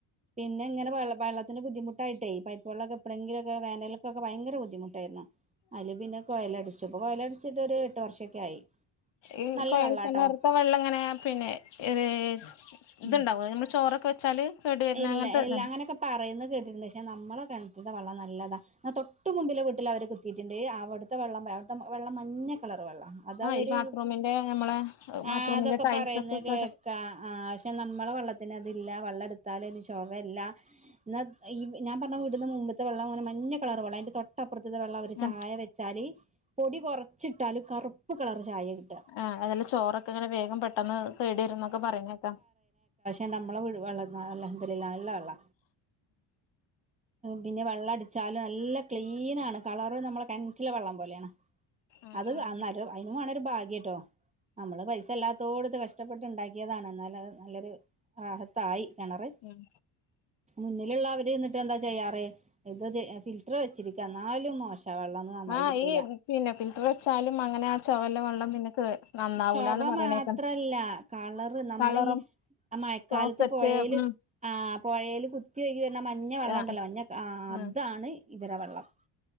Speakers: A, on the right; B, on the left.
A: പിന്നെ ഇങ്ങനെ വെള്ളത്തിന് ബുദ്ധിമുട്ടായിട്ടേ പൈപ്പ വെള്ളവൊക്കെ എപ്പളെങ്കിലുവൊക്കെ വേനലക്കൊക്കെ ഭയര ബുദ്ധിമുട്ടായിരുന്നു അയില് പിന്നെ കൊയല അടിച്ചു ഇപ്പ കൊയലടിച്ചിട്ടൊരു എട്ട് വർഷക്കെ ആയി
B: ഈ
A: നല്ല
B: കൊഴൽ
A: വെള്ളാട്ടോ
B: കിണറത്തെ വെള്ളം എങ്ങനെയാ പിന്നെ ഏഹ് ഇതുണ്ടാവുവോ
A: ഉം
B: നമ്മള് ചോറൊക്കെ വെച്ചാല് കേടു വരുന്ന
A: ഇല്ല
B: അങ്ങനത്തെ
A: ഇല്ല
B: ഇതാണ്
A: അങ്ങനെയൊക്കെ പറയുന്നത് കേട്ടിട്ടില്ല പക്ഷെ നമ്മളെ കിണറ്റിലെ വെള്ളം നല്ലതാ ആ തൊട്ട് മുമ്പിലെ വീട്ടിലെ അവരൊക്കെ ഇതിന്റെ അവിടുത്തെ വെള്ളം അവിടുത്തെ വെള്ളം മഞ്ഞ കളറ് വെള്ളം അത്
B: ആ
A: അവര്
B: ഈ ബാത്റൂമിന്റെ നമ്മളെ ബാത്റൂമിന്റെ
A: ആഹ് അതൊക്കെ
B: ടൈൽസ്
A: പറയുന്ന
B: ഒക്കെ
A: കേൾക്കാ
B: കേട്
A: ആഹ് പക്ഷെ നമ്മളെ വെള്ളത്തി അതില്ല വെള്ളം എടുത്താൽ അത് <unintelligible> എന്ന ഈ ഞാൻ പറഞ്ഞ വീടിന്ന് മുമ്പത്തെ വെള്ളം അങ്ങന മഞ്ഞ കളർ വെള്ളം അതിന്റെ തൊട്ടപ്പുറത്തെ വെള്ളം അവര്
B: ആ
A: ചായ വ വച്ചാല് പൊടി കുറച്ചിട്ടാലും കറുപ്പ് കളർ ചായ <unintelligible> <unintelligible>
B: ആഹ് അതല്ല ചോറൊക്കെ ഇങ്ങനെ വേഗം പെട്ടെന്ന് കേട് വരുന്നൊക്കെ പറയണേക്കാം
A: നല്ല വെള്ള പിന്നെ വെള്ളം അടിച്ചാലും നല്ല ക്ലീൻ ആണ് കളറ് നമ്മളെ കിണറ്റിലെ വെള്ളം പോലെയാണ്
B: ആഹ്
A: അത്
B: ആഹ്
A: അന്നൊരു അതിനും വേണം ഒരു ഭാഗ്യട്ടോ നമ്മള് പൈസ ഇല്ലാ ത്തോടുത്ത് കഷ്ടപ്പെട്ട് ഉണ്ടാക്കിയതാണ് എന്നാൽ അത് നല്ലൊരു ഭാഗത്തായി കിണറ്
B: ഉം
A: മുന്നിലുള്ളവര് ചെന്നിട്ട് എന്താ ചെയ്യാറ് <unintelligible> എത്ര വെച്ചിരിക്കാ എന്നാലും മോശവാ വെള്ളം നന്നായി
B: ആഹ്
A: കിട്ടൂല
B: ഈ പിന്നെ ഫിൽറ്റർ വെച്ചാലും അങ്ങനെ ആ ചൊവല്ല വെള്ളം പിന്നെ കേ നന്നാവൂലാന്ന്
A: ചവ
B: പറയണേക്കാം
A: മാത്രല്ല കളറ് നമ്മള്
B: കളറും
A: ഈ ആഹ് മഴക്കാലത്ത്
B: ക്ലോസറ്റ്
A: പുഴയില്
B: ഉം
A: ആ പുയേൽ കുത്തിയൊഴുകി വരുന്ന മഞ്ഞ വെള്ളം
B: ആഹ്
A: ഉണ്ടല്ലോ മഞ്ഞ അതാണ്
B: ഉം
A: ഇവിടെ വെള്ളം